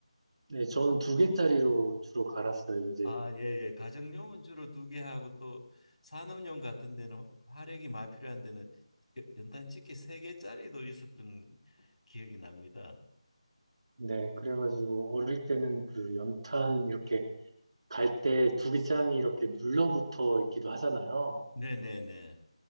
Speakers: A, on the right; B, on the left.
A: 네, 저는 두 개짜리로 주로 갈았어요. 이제
B: 아, 예, 예. 가정용은 주로 두 개 하고 또 산업용 같은 데는 화력이 많이 필요한 데는 여- 연탄 찌개 세 개짜리도 있었던 기억이 납니다.
A: 네, 그래가지고 어릴 때는 그 연탄 이렇게 갈 때 두기장이 이렇게 눌러붙어 있기도 하잖아요.
B: 네, 네, 네.